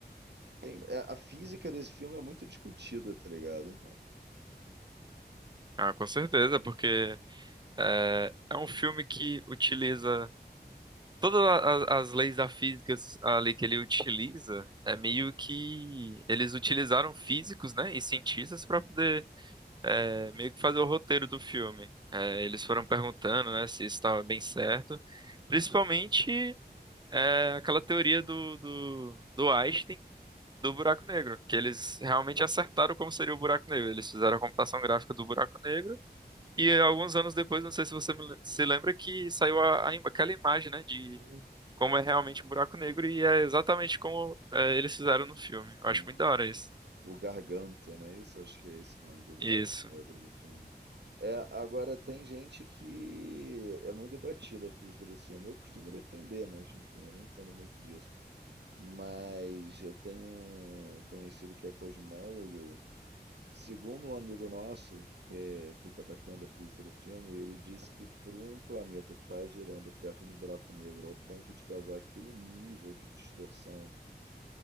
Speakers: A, on the right; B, on the right.
A: tem, é, a física desse filme é muito discutida, tá ligado?
B: ah, com certeza, porque é, é um filme que utiliza todas a- a- as, leis da física ali que ele utiliza, é meio que eles utilizaram físicos, né, e cientistas para é, meio que fazer o roteiro do filme. É, eles foram perguntando, né, se isso estava bem certo. Principalmente é, aquela teoria do, do, do Einstein do buraco negro, que eles realmente acertaram como seria o buraco negro. Eles fizeram a computação gráfica do buraco negro e alguns anos depois, não sei se você me se lembra, que saiu a, a im- aquela imagem, né, de
A: Hum.
B: como é realmente um buraco negro e é exatamente como é, eles fizeram no filme.
A: Sim.
B: Eu acho muito da hora isso.
A: O Gargantua, não é isso? Acho que é esse o nome do buraco
B: Isso.
A: negro do filme. É, agora, tem gente que é muito debatida a física desse filme. Eu costumo defender, mas enfim, eu não entendo muito disso. Mas eu tenho um conhecido que é cosmólogo. Segundo um amigo nosso, que é, fica atacando a física do filme, ele diz que para um planeta estar girando perto do buraco negro ao ponto de causar aquele nível de distorção